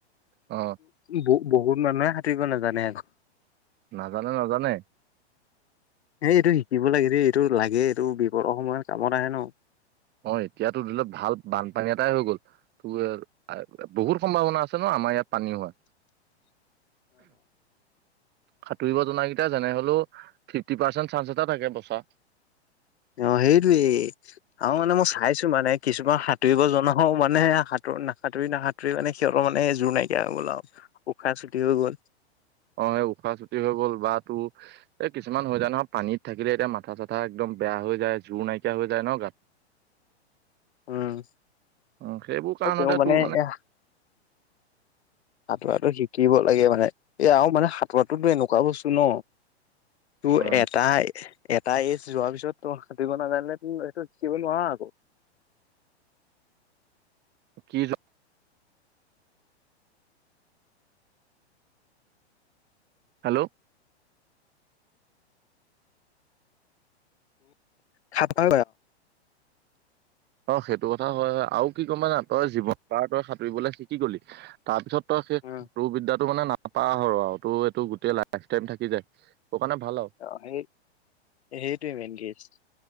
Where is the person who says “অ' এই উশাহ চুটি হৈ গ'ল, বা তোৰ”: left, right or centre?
Right